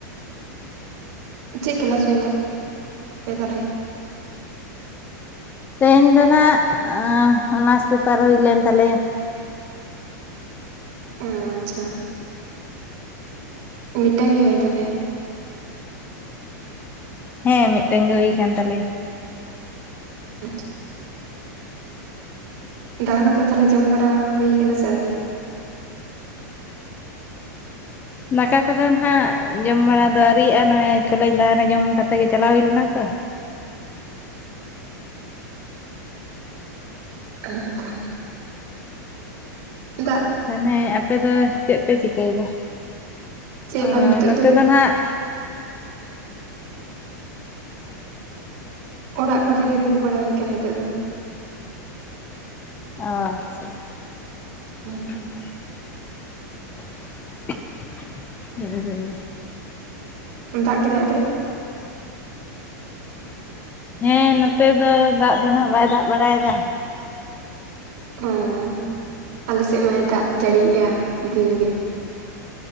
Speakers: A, on the right; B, on the left.
A: ᱪᱮᱫ? ᱠᱞᱮᱞᱟᱥ ᱦᱩᱭᱮᱱ ᱛᱟᱯᱮ, ᱛᱟᱦᱚᱞᱮ,
B: ᱛᱮᱦᱮᱧ ᱫᱚ ᱱᱷᱟᱜ, ᱚᱱᱟᱨᱥ ᱯᱮᱯᱟᱨ, ᱦᱩᱭ ᱞᱮᱱ ᱛᱟᱞᱮᱭᱟ ᱾
A: ᱚᱻ ᱟᱪᱪᱷᱟ ᱾ ᱢᱤᱫᱴᱮᱝ ᱜᱮ, ᱦᱩᱭᱮᱱ ᱛᱟᱯᱮᱭᱟ?
B: ᱦᱮᱸ! ᱢᱤᱫᱴᱮᱱ ᱜᱮ, ᱦᱩᱭ ᱟᱠᱟᱱ ᱛᱟᱞᱮᱭᱟ ᱾
A: <unintelligible> ᱫᱟᱜᱟ ᱠᱚᱫᱚ, ᱛᱟᱦᱚᱞᱮ, ᱡᱚᱢ ᱵᱟᱲᱟ, ᱦᱩᱭ ᱟᱠᱟᱱᱟ ᱥᱮ, ᱟᱹᱣᱨᱤ?
B: ᱫᱟᱠᱟ ᱠᱚᱫᱚ, ᱱᱷᱟᱜ, ᱡᱚᱢ ᱵᱟᱲᱟ ᱫᱚ, ᱟᱹᱣᱨᱤᱭᱟᱜᱼᱟ ᱾ ᱱᱚᱜᱼᱚᱭ ᱠᱚᱞᱮᱡᱽ ᱞᱟᱦᱟ ᱨᱮ, ᱡᱚᱢ ᱠᱟᱛᱮᱜ ᱜᱮ, ᱪᱟᱞᱟᱣ ᱦᱩᱭ ᱞᱮᱱᱟ ᱛᱚ ᱾
A: <unintelligible> ᱫᱟᱜ ᱾
B: ᱢᱟᱱᱮ, ᱟᱯᱮ ᱫᱚ, ᱪᱮᱫ ᱯᱮ, ᱪᱤᱠᱟᱹᱭᱮᱫᱟ?
A: ᱪᱮᱫ
B: ᱚᱻ
A: ᱵᱟᱝ ᱱᱤᱛᱚᱜ
B: ᱱᱚᱛᱮ ᱫᱚ, ᱱᱷᱟᱜ,
A: ᱚᱲᱟᱜ ᱠᱚᱨᱮ ᱜᱮ, ᱫᱩᱲᱩᱵ ᱵᱟᱲᱟ ᱦᱩᱭ ᱟᱠᱟᱱᱟ ᱾ ᱱᱤᱛᱚᱜ ᱫᱚ
B: ᱟᱻᱪᱪᱷᱟ ᱾
A: ᱳᱸᱻᱦᱚᱸ ᱾
B: <unintelligible> <inaudible>
A: ᱫᱟᱜ ᱠᱮᱫᱟᱭ ᱟᱯᱮ?
B: ᱦᱮᱸᱻ, ᱱᱚᱛᱮ ᱫᱚ, ᱫᱟᱜ ᱫᱚ ᱱᱷᱟᱜ, ᱵᱟᱭ ᱫᱟᱜ ᱵᱟᱲᱟ ᱭᱮᱫᱟ ᱾
A: ᱳᱸᱻ ᱟᱞᱮᱥᱮᱫ ᱢᱟᱭ, ᱫᱟᱜ ᱡᱟᱹᱲᱤ ᱭᱮᱜᱼᱟ, ᱫᱤᱱ ᱜᱮ ᱾